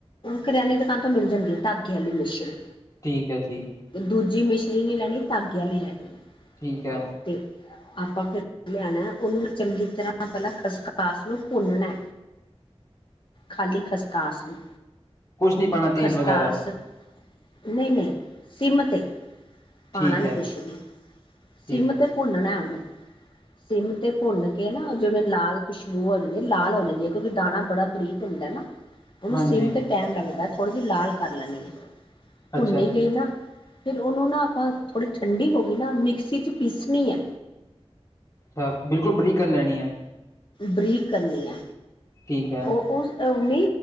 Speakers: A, on the left (about 50°); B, on the left (about 30°).
A: ਕਰਿਆਨੇ ਦੁਕਾਨ ਤੋਂ ਮਿਲ ਜਾਂਦੀ ਐ ਧਾਗੇ ਆਲੀ ਮਿਸ਼ਰੀ।
B: ਠੀਕ ਐ ਜੀ।
A: ਦੂਜੀ ਮਿਸ਼ਰੀ ਨੀ ਲੈਣੀ ਧਾਗੇ ਆਲੀ ਲੈਣੀ ਐ।
B: ਠੀਕ ਐ।
A: ਤੇ ਆਪਾਂ ਫੇਰ ਲਿਆਣਾ ਉਨੂੰ ਚੰਗੀ ਤਰ੍ਹਾਂ ਪੈਲਾਂ ਖਸਕਾਸ ਨੂੰ ਭੁੰਨਣੈ। ਖਾਲੀ ਖਸਕਾਸ ਨੂੰ।
B: ਕੁਛ ਨਹੀਂ ਪਾਉਣਾ ਤੇਲ
A: ਖਸਕਾਸ
B: ਵਗੈਰਾ,
A: ਨਈ ਨਈ ਸਿਮ ਤੇ
B: ਠੀਕ
A: ਪਾਣਾ ਨੀ
B: ਹੈ,
A: ਕੁਛ ਵੀ
B: ਠੀਕ
A: ਸਿਮ
B: ਹੈ,
A: ਤੇ ਭੁੰਨਣਾ ਏ ਉਨੂੰ ਸਿਮ ਤੇ ਭੁੰਨ ਕੇ ਨਾ ਜਿਵੇਂ ਲਾਲ ਖੁਸ਼ਬੂ ਹੋ ਜਾਂਦੀ ਐ ਲਾਲ ਹੋ ਜਾਂਦੀ ਐ ਕਿਉਂਕਿ ਦਾਣਾ ਬੜਾ ਬਰੀਕ ਹੁੰਦਾ ਏ ਨਾ। ਉਨੂੰ
B: ਹਾਂਜੀ,
A: ਸਿਮ ਤੇ ਟੈਮ ਲੱਗਦਾ ਥੋੜੀ ਜਿ ਲਾਲ ਕਰ ਲੈਣੀ ਐ ਭੁੰਨੀ
B: ਅੱਛਾ ਜੀ।
A: ਗਈ ਨਾ ਫੇਰ ਉਨੂੰ ਨਾ ਆਪਾਂ ਥੋੜ੍ਹੀ ਠੰਡੀ ਹੋ ਗਈ ਨਾ ਮਿਕਸੀ ਚ ਪੀਸਣੀ ਐ।
B: ਆ ਬਿਲਕੁਲ ਬਰੀਕ ਕਰ ਲੈਣੀ ਐ?
A: ਬਰੀਕ ਕਰਨੀ ਐ।
B: ਠੀਕ ਐ।
A: ਓ ਉਸ ਅ ਨੀ